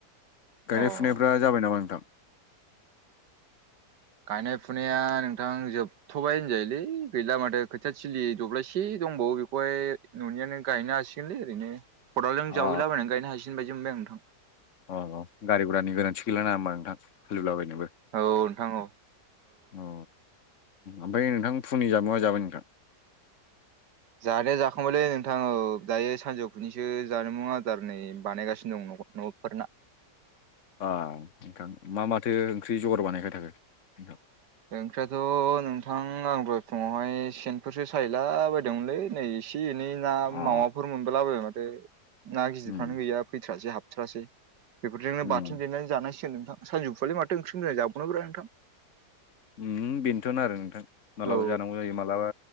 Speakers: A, on the left; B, on the right.
A: गायनाय
B: अ
A: फुनायफ्रा जाबाय नामा नोंथां?
B: गायनाय फुनाया नोंथां जोब थ'बायबाय होनजायोलै गैला माथो खोथिया थिलि दब्लायसे दंबावो बेखौहाय न'नियानो गायनो हासिगोनलै ओरैनो खदालजों
A: अ
B: जावहैलाबायनानै गायनो हसिगोन बायदि मोनबाय आं नोंथां।
A: अ औ गारिघरानि गोनांथि गैलाना होमबा नोंथां हालिब्लाबो
B: आं नोंथां औ नोंथां औ
A: <unintelligible> औ ओमफाय नोंथां फुंनि जाबोब मा जाबाय नोंथां?
B: जानाया जाखांबायलै नोंथाङो दायो सानजौफुनिसो जामुं आदार नै बानायगासिनो दं न'फोरना।
A: ओ नोंथां मा माथो ओंख्रि जगार बानायबाय थाखो? नोंथां
B: ओंख्रियाथ' नोंथां आं दहाय फुङावहाय सेनफोरसो सायला बायदोंमोनलै नै एसे एनै ना
A: अ
B: मावाफोर मोनबोला बायबाय माथो ना गिदिरफ्रानो
A: उम
B: गैया फैथ्रासै हाबथारासै। बेफोरजोंनो
A: उम
B: बाथोन देनानै जानायसिगोन नों सानजौफुनि ओंख्रिखौ माथो मोजां जाबावनोब्रा नोंथां।
A: उम बेनोथ'नो आरो नोंथां। माब्लाबा
B: औ
A: जानांगौ जायो मालाबा